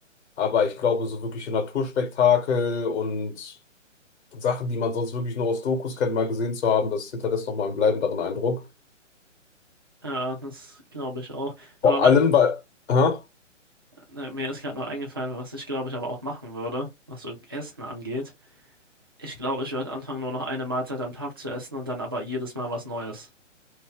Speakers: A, on the left; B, on the right.
A: Aber ich glaube, so wirkliche Naturspektakel und Sachen, die man sonst wirklich nur aus Dokus kennt, mal gesehen zu haben, das hinterlässt nochmal einen bleibenderen Eindruck.
B: ja, das glaube ich auch. Aber
A: Vor
B: wa-
A: allem, weil, aha,
B: Ne, Mir ist gerade nur eingefallen, was ich glaube ich aber auch machen würde, was so Essen angeht. Ich glaube, ich würde anfangen, nur noch eine Mahlzeit am Tag zu essen und dann aber jedes Mal was Neues.